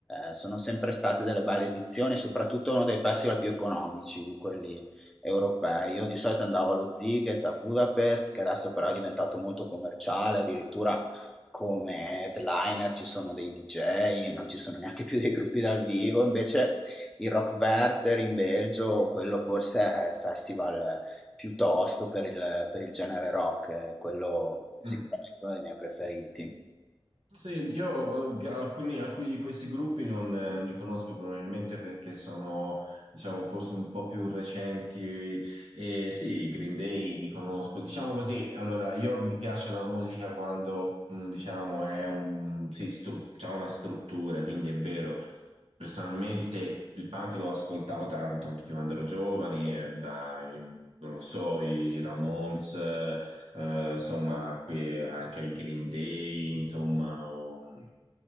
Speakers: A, in the centre; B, on the right.
A: eh, sono sempre state delle belle edizioni, soprattutto uno dei festival più economici di quelli europei. Io di solito andavo allo Ziget a Budapest, che adesso però è diventato molto commerciale, addirittura come headliner ci sono dei DJ, non ci sono neanche più dei gruppi dal vivo, invece il Rock Werther in Belgio, quello forse è il festival piuttosto per il per il genere rock, eh, quello è sicuramente
B: Mm.
A: uno dei miei preferiti.
B: Sì, io eh, alcuni, alcuni di questi gruppi non, eh, non li conosco probabilmente perché sono, diciamo, forse un po' più recenti. E sì, i Green Day li conosco. Diciamo così, allora, io mi piace la musica quando, mh, diciamo, è un, sì, stru- c'ha una struttura, quindi è vero. Personalmente il punk l'ho ascoltato tanto anche quando ero giovane, eh, dai, non lo so, i Ramones, eh, insomma, que- anche ai Green Day, insomma, o mm,